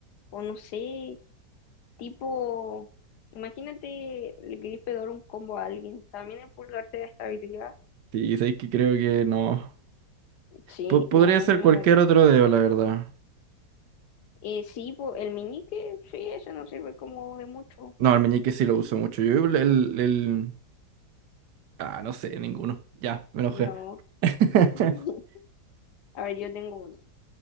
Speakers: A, on the left; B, on the right.
A: o no sé, Tipo, imagínate, le querés pegar un combo a alguien. También el pulgar te da estabilidad.
B: Sí, sabéis que creo que no.
A: Sí,
B: Po- podría
A: no,
B: ser
A: yo
B: cualquier
A: no lo haría.
B: otro dedo, la verdad.
A: Eh, sí, po, el meñique, sí, ese no sirve como de mucho.
B: No, el meñique sí lo uso mucho. Yo el, el... el- Ah, no sé, ninguno. Ya, me enojé.
A: No.
B: <laughs>
A: <laughs> A ver, yo tengo uno.